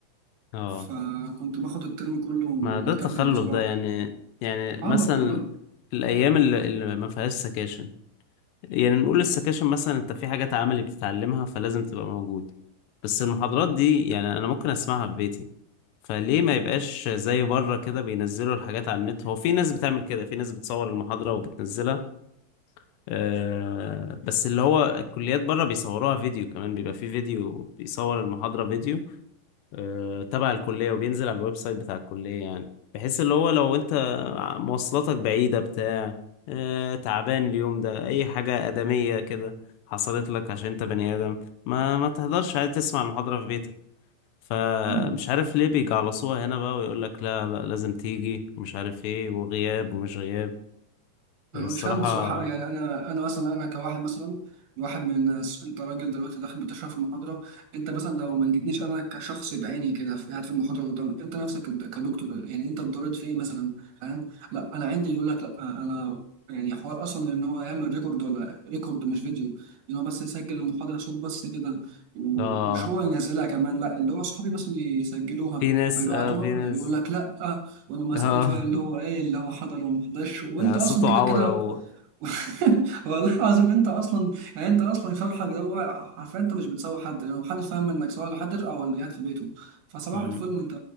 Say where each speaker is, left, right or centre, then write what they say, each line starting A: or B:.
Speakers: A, on the left; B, on the right.
A: اه
B: فكنت باخد الترم كله متكدر
A: ما ده التخلف
B: بصراحه
A: ده يعني يعني
B: عبط
A: مثلا
B: والله
A: الايام اللي, اللي ما فيهاش سكاشن يعني نقول السكاشن مثلا انت في حاجات عملي بتتعلمها فلازم تبقى موجود بس المحاضرات دي يعني انا ممكن اسمعها في بيتي فليه ما يبقاش زي بره كده بينزلوا الحاجات على النت هو في ناس بتعمل كده في ناس بتصور المحاضرة وبتنزلها آه، بس اللي هو الكليات بره بيصوروها فيديو كمان بيبقى في فيديو بيصور المحاضرة فيديو آه، تبع الكلية وبينزل على الويب سايت بتاع الكلية يعني بحيث اللي هو لو انت مواصلاتك بعيدة بتاع آه، تعبان اليوم ده اي حاجة آدمية كده حصلت لك عشان انت بني آدم ما ما تهدرش عادي تسمع المحاضرة في بيتك فمش
B: هما
A: عارف ليه بيجعلصوها هنا بقى ويقول لك لا لا لازم تيجي ومش عارف ايه وغياب ومش غياب
B: أنا
A: الصراحة
B: مش فاهم بصراحة يعني أنا أنا مثلا أنا كواحد مثلا واحد من الناس أنت راجل دلوقتي داخل بتشرح في المحاضرة أنت مثلا لو ما لقيتنيش أنا كشخص بعيني كده في- قاعد في المحاضرة قدامك أنت نفسك كد- كدكتور يعني أنت اتضررت في إيه مثلا فاهم لا أنا عندي يقول لك لا أنا يعني حوار أصلا إن هو يعمل ريكورد ولا ريكورد مش فيديو إن هو بس يسجل المحاضرة صوت بس كده ومش
A: اه
B: هو ينزلها كمان لا اللي هو أصحابي مثلا يسجلوها
A: في ناس
B: ويبعتوها
A: اه في ناس
B: يقول لك لا وانا ما
A: اه
B: سويتش ولا اللي هو ايه اللي هو حضر وما حضرش
A: <laughs>
B: وانت
A: آه،
B: اصلا
A: صوته
B: كده
A: عورة
B: كده
A: هو
B: <laughs> والله العظيم انت اصلا يعني انت اصلا شرحك ده هو عارفين انت مش بتساوي حد يعني محدش فاهم انك سواء اللي حضر او اللي قاعد في بيته فصباح
A: مم.
B: الفل انت